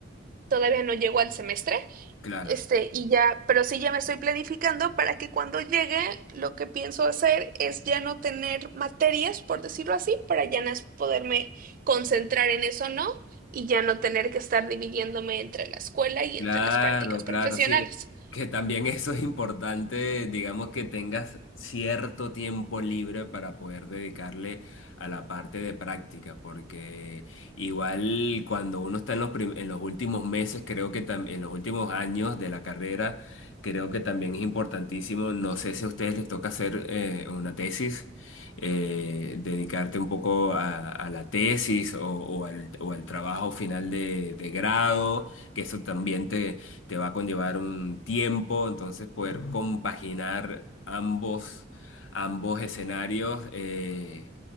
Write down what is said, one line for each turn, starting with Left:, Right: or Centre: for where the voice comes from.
Right: todavía no llego al semestre
Left: claro.
Right: este, y ya, pero sí ya me estoy planificando para que cuando llegue, lo que pienso hacer es ya no tener materias, por decirlo así, para ya nas- poderme concentrar en eso, ¿no? Y ya no tener que estar dividiéndome entre la escuela y
Left: Claro,
Right: entre las prácticas
Left: claro,
Right: profesionales.
Left: sí. Que también eso es importante, digamos que tengas cierto tiempo libre para poder dedicarle a la parte de práctica, porque igual cuando uno está en los, prim- en los últimos meses, creo que también en los últimos años de la carrera, creo que también es importantísimo, no sé si a ustedes les toca hacer eh, una tesis, eh, dedicarte un poco a, a la tesis o, o al, o al trabajo final de de grado que eso también te, te va a conllevar un tiempo, entonces poder compaginar ambos, ambos escenarios eh,